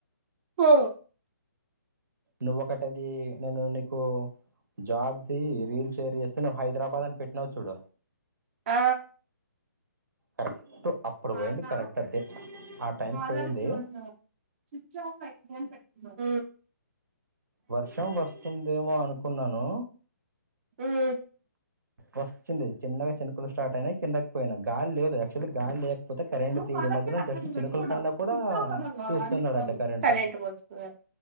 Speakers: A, on the right (about 35°); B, on the right (about 80°).
A: ఓ
B: నువ్ ఒకట అది నను నీకు జాబ్ది రీల్ షేర్ చేస్త్ తిన్ను హైద్రాబాద్ అని పెట్టినావు చూడు
A: ఆ
B: కరెట్టు అప్పుడు
A: మా
B: వోయింది
A: అన్న
B: కరెక్ట్ అంటే ఆ టైంక్
A: కాలర్కి
B: పోయింది.
A: స్విచ్ ఆఫ్ అయితదని పెట్టుకున్నావ్
B: వర్షం వస్తుందేమో అనుకున్నాను.
A: ఉహు్
B: వస్తుంది. చిన్నగా చినుకులు స్టార్ట్ అయినై కిందక్ పోయినా గాలి లేదు యాక్చువల్లీ గాల్ లేక్ పోతే కరెంట్
A: నువ్వు
B: తీడి
A: కాలర్కి
B: మధ్యలో
A: అట్లాంటివి
B: జస్ట్ చినుకల
A: పెట్టుకున్నావ్
B: పడిన కూడా
A: స్విచ్ ఆఫ్
B: తీస్తున్నాడంట
A: అని పెట్టావు,
B: కరెంటు.
A: కరెంట్ పోతుంది